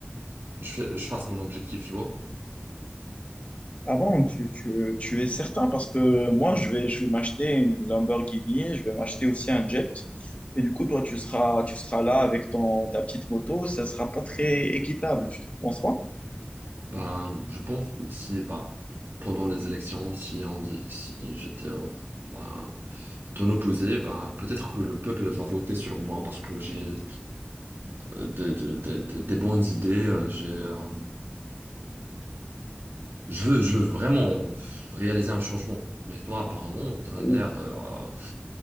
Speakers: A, on the right; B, on the left.
A: je, fais- je fasse mon objectif, tu vois.
B: Avant, tu, tu, tu es certain parce que moi, je vais, je vais m'acheter une Lamborghini, je vais m'acheter aussi un jet. Et du coup, toi, tu seras, tu seras là avec ton, ta petite moto, ça sera pas très équitable, tu ne penses pas?
A: Ben, je pense que si, bah pendant les élections, si on dit, si j'étais au- ben, ton opposé, ben, peut-être que le peuple va voter sur moi parce que j'ai euh, des, des, des- des- des bonnes idées. euh, J'ai, euh, je veux, je veux vraiment réaliser un changement. Mais toi, apparemment, tu
B: Ou-
A: as l'air euh,